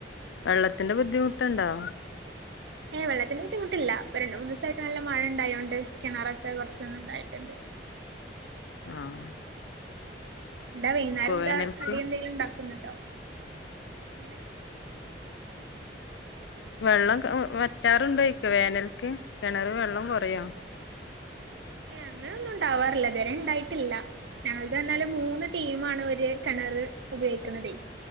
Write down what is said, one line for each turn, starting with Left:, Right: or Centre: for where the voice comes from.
Left: വെള്ളത്തിന്റെ ബുദ്ധിമുട്ട്ണ്ടോ
Right: ഏഹ് വെള്ളത്തിന്റെ ബുദ്ധിമുട്ടില്ല. പ്പ രണ്ട് മൂന്നൂസായിട്ട് നല്ല മഴണ്ടായോണ്ട് കിണറൊക്കെ കൊർച്ചൊന്നും ണ്ടായിട്ടുണ്ട്
Left: ആഹ്
Right: എന്താ വൈന്നേരം എന്താ
Left: വേനൽക്ക്
Right: കടി എന്തെങ്കിലും ഇണ്ടാക്കുന്നുണ്ടോ ഇങ്ങനെ
Left: വെള്ളം വറ്റാറ്ണ്ടോയ്ക്ക വേനൽക്ക് കെണറ് വെള്ളം കൊറയോ
Right: ഏഹ് അങ്ങനെ ഒന്നും ഉണ്ടാവാറില്ല ഇതുവരെ ഇണ്ടായിട്ടില്ല ഞങ്ങൾതർഞ്ഞാല് മൂന്ന് ടീമാണ് ഒരു കെണറ് ഉപയോഗിക്ക്ണതെ